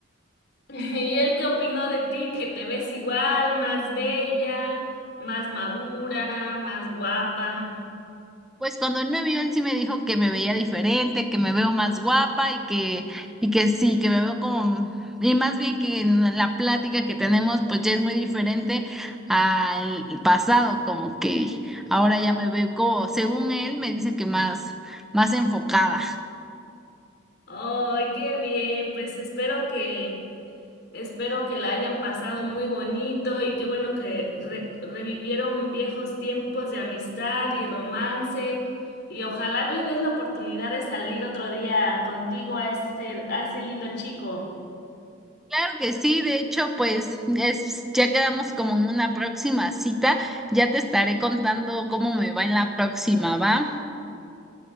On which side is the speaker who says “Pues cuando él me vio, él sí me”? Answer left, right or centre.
Centre